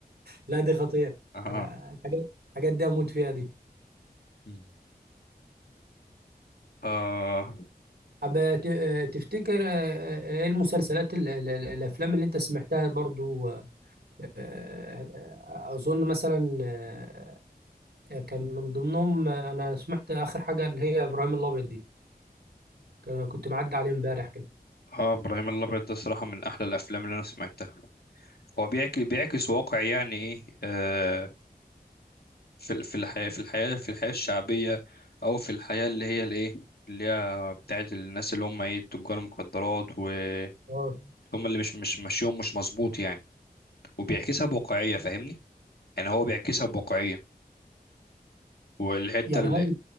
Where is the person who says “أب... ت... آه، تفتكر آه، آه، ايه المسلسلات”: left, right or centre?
Right